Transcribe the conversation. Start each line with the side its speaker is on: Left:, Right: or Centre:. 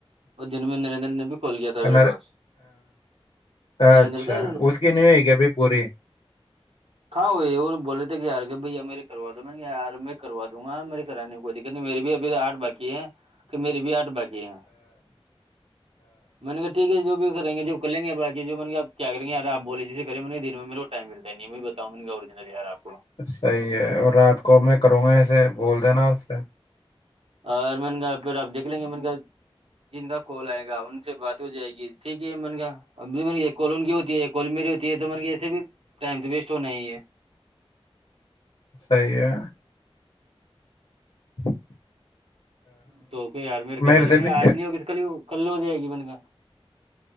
Right: وہ دن میں نریندر نے بھی کھول کیا تھا میرے
Left: نر
Right: پاس
Left: اچھا
Right: نریندر تھا
Left: اس کی نہیں ہوئے گی ابھی پوری
Right: کہاں ہو بول رہے تھے کہیار کہ بھیا میرے سرو تو میں نے یار میں کروا دوں گا میری کرانی کوئی دقت نہیں میری بھی ابھی آٹھاقی ہے کہ میری بھی آٹھ باقی ہیں میں نے کہ ٹھیک ہے جو کریں گے جو کریں گے بای جو کیا کر گے ار آ بولے جسے کریںن میں ٹم ملتا نہیں میں بتاجنل ی آپ کو
Left: صحیح ہے اور رات کو میں کروں گا ایسے بول ادانوستہ ہے
Right: اور من کاا پھر آپ دیکھ لیں گے من کا جن کا کال آئے گا ان سے بات ہو جائے گی ٹھیک ہے من کاا اے گ یہ کونگی ہوتی ہے کواللممیرری ہوتی ہے تو من گے ایسے بھی ٹائم تو ویسٹ ہونا ہی ہے
Left: صحی ہے <inaudible>
Right: توک یار میر کروا
Left: میرے
Right: دیں
Left: سے
Right: م
Left: بھی
Right: آج نہیں ہوگی تو ک کل ہو جائے گی من کا